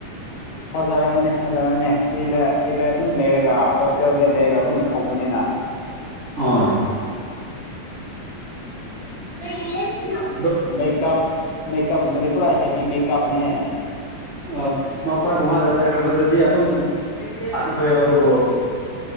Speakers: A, on the left; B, on the right.
A: ꯐꯖꯔꯝꯃꯅꯤ ꯐꯖꯝꯃꯅꯤ ꯁꯤꯗ ꯁꯤꯗ ꯑꯗꯨꯝ ꯂꯩꯔꯒ ꯍꯣꯁꯇꯦꯜꯗ ꯂꯩꯔꯒ ꯑꯗꯨꯝ ꯇꯧꯕꯅꯤꯅ
B: ꯑꯥ ꯌꯦ
A: ꯃꯦꯀꯞ ꯃꯦꯀꯞ ꯃ ꯄꯨꯥ ꯍꯦꯕꯤꯤ ꯃꯦꯀꯞ ꯍꯥꯏ
B: ꯑꯣ ꯃꯄꯥꯟꯒꯃꯥꯗ ꯆꯠꯈ꯭ꯔꯕꯗꯨꯗꯤ ꯑꯗꯨꯝ ꯗꯤꯕ ꯌꯥꯎꯗꯣꯕꯨ